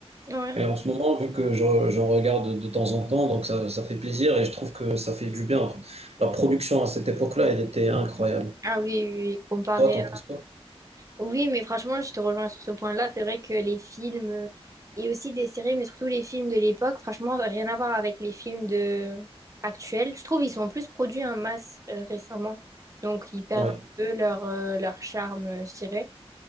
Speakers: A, on the right (about 30°); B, on the right (about 75°).
A: Ouais.
B: Et en ce moment, vu que je- j'en regarde de temps en temps, donc ça, ça fait plaisir et je trouve que ça fait du bien, en fait. La production à cette époque-là, elle était incroyable.
A: Ah oui, oui, oui. Comparé
B: Toi, t'en penses quoi?
A: Oui, mais franchement, je te rejoins sur ce point-là. C'est vrai que les films euh, et aussi des séries, mais surtout les films de l'époque, franchement, rien à voir avec les films de actuels. Je trouve ils sont plus produits en masse euh, récemment, donc ils perdent
B: Ouais.
A: un peu leur euh, leur charme, euh, je dirais.